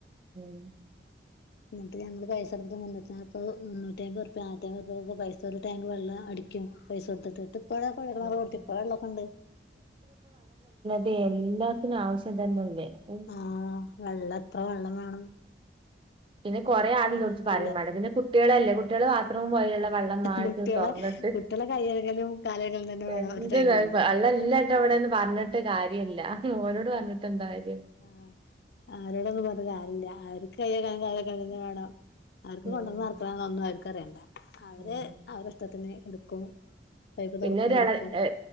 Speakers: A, on the right; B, on the left.
A: ഉം
B: <unintelligible> ഞങ്ങള് പൈസ എടു മുന്നൂറ്റ് നാപ്പത് മുന്നൂറ്റയ്മ്പർപ്യ നാനൂറ്റി അയ്മ്പ പൈസ ഒരു ടാങ്ക് വെള്ളഅടിക്കും. പൈസ കൊടുത്തിട്ട് ത്ത് പ്പഴ കൊഴ ക്കിണറ്
A: ഉം
B: കുത്തി ഇപ്പഴള്ള <unintelligible>
A: തെ എല്ലാത്തിനും ആവശ്യം തന്നെല്ലേ അഹ്
B: ആഹ് വെള്ളം എത്ര വെള്ളം വേണം
A: പിന്നെ കുറെ ആള് ലോട്ത്ത്
B: ആവശ്യല്ല
A: പറിംമാണ്ട പിന്നെ കുട്ട്യേളല്ലേ കുട്ട്യേള് ബാത്റൂം പോയാലുള്ള വെള്ളം ന്നായട്ട്
B: കുട്ടികളെ
A: തൊറന്നിട്ട്
B: കുട്ടികളെ കൈ കഴുകലും കാല് കഴുകലും തന്നെ വേണം
A: എന്ത്ന്നേ
B: ഒരു ടാങ്ക് വെള്ളം
A: വ അള്ളല്ലട്ടെ വിടെന്ന് പറഞ്ഞി ട്ട് കാര്യല്ല ഓരോട് പറഞ്ഞിട്ട ന്താ കാ
B: ആഹ് ആരോടൊങ്ങനെ പറഞ്ഞിട്ട് കാര്യല്ല്യ ആര്ക് റ്റ് കയ്യെകാനും കാലെകാനും ന്ന് വേണം. അവർക്ക്
A: ഉം
B: കൊണ്ടെന്ന് നർക്കണംന്നും അവർക്ക് അറിയണ്ട. അവര്
A: ഉം.
B: അവരെ ഇഷ്ടത്തിന് എടുക്കും പൈപ്പ്
A: പിന്നെരെളെ
B: തുറക്കും എടുക്കും
A: എ